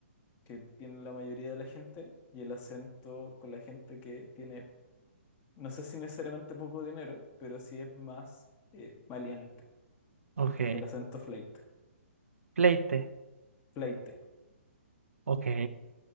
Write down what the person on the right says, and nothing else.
Ok,
pleite,
ok.